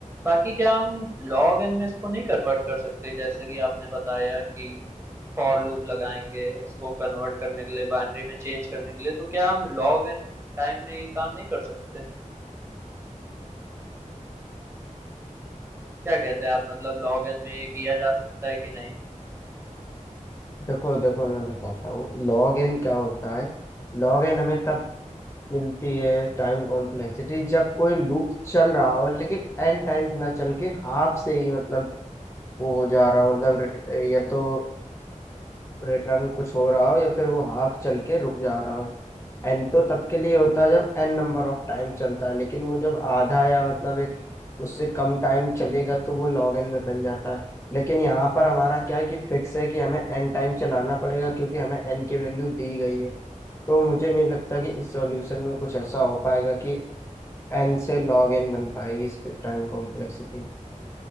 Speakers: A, on the right; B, on the left.
A: बाकी क्या हम लॉग एन में इसको नहीं कन्वर्ट कर सकते जैसे कि आपने बताया कि फॉर लूप लगाएंगे उसको कन्वर्ट करने के लिए बाइनरी में चेंज करने के लिए तो क्या हम लॉग एन टाइम में ये काम नहीं कर सकते क्या कहते हैं आप मतलब लॉग इन में ये किया जा सकता है कि नहीं
B: देखो देखो मैं बताता हूँ लॉग एन क्या होता है लॉग एन हमें तब मिलती है टाइम कॉम्प्लेक्सिटी जब कोई लूप चल रहा हो लेकिन एन टाइम्स ना चल के हाफ से ही मतलब वो हो जा रहा हो मतलब रिट, या तो रिटर्न कुछ हो रहा हो या फिर वो हाफ चल के रुक जा रहा हो एन तो तब के लिए होता है जब एन नंबर ऑफ टाइम चलता है लेकिन वो जब आधा या मतलब एक उससे कम टाइम चलेगा तो वो लॉग एन में बन जाता है लेकिन यहाँ पर हमारा क्या है कि फिक्स है कि हमें एन टाइम चलाना पड़ेगा क्योंकि हमें एन की वैल्यू दी गई है तो मुझे नहीं लगता कि इस सॉल्यूशन में कुछ ऐसा हो पाएगा कि एन से लॉग एन बन पाएगी इस पे टाइम कॉम्प्लेक्सिटी